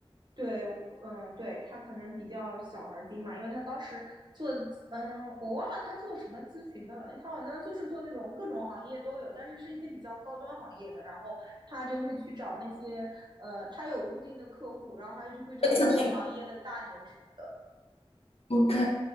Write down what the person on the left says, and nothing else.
次品？OK，